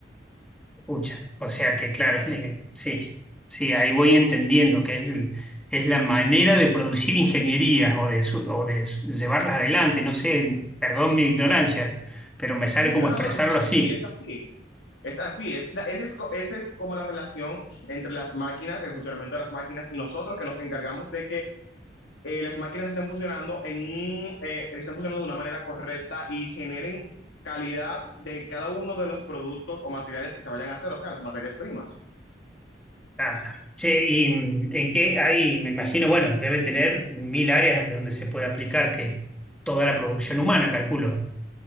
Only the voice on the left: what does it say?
No,
no,
no, es así,
es así, es así, es, la- esa es, co- esa es como la relación entre las máquinas, el funcionamiento de las máquinas y nosotros que nos encargamos de que eh, las máquinas estén funcionando, en, un, eh, estén funcionando de una manera correcta y generen calidad de cada uno de los productos o materiales que se vayan a hacer, o sea, las materias primas.